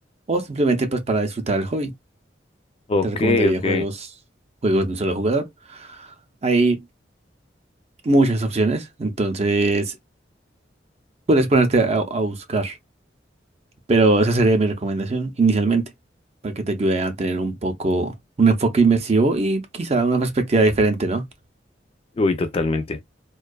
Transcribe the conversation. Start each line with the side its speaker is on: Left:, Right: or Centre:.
Right: o simplemente pues para disfrutar el hobby.
Left: ok,
Right: Te recomendaría
Left: ok.
Right: juegos, juegos de un solo jugador. Hay muchas opciones, entonces puedes ponerte a, a buscar. Pero esa sería mi recomendación inicialmente, para que te ayude a tener un poco un enfoque inmersivo y quizá una perspectiva diferente, ¿no?
Left: Uy, totalmente.